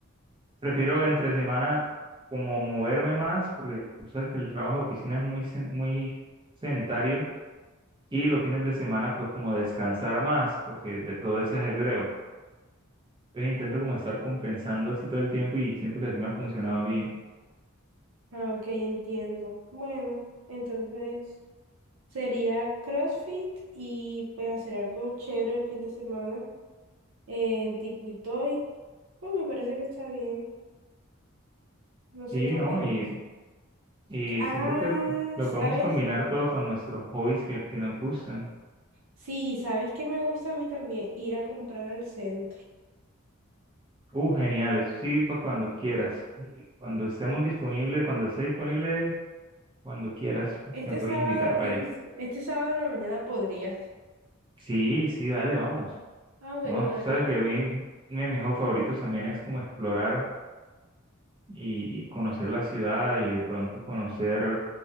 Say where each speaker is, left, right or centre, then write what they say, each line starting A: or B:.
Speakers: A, on the right; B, on the right.
A: prefiero entre semana como moverme más, porque tú sabes que el trabajo de oficina es muy, sen- muy sedentario y los fines de semana pues como descansar más, porque de todo ese ajedreo. Entonces intento como estar compensando así todo el tiempo y siento que así me ha funcionado bien.
B: Ah, ok, entiendo. Bueno, entonces sería CrossFit y pues hacer algo chévere el fin de semana en tipo Itoy. Pues me parece que está bien. No sé
A: Sí,
B: qué opinas.
A: ¿no? Y, y
B: Que- Ah,
A: siento que lo
B: ¿sabes?
A: podemos combinar todo con nuestros hobbies que, que nos gustan.
B: Sí, y sabes que me gusta a mí también ir a comprar al centro.
A: Uh, genial, eso sí, para cuando quieras. Cuando estemos disponibles, cuando esté disponible, cuando quieras,
B: Este
A: me puedes
B: sábado,
A: invitar para
B: este,
A: allá.
B: este sábado en la mañana podrías.
A: Sí, sí, dale, vamos.
B: Ah, bueno,
A: No,
B: dale.
A: tú sabes que a mí, uno de mis hobbies favoritos también es como explorar y, y conocer la ciudad y de pronto conocer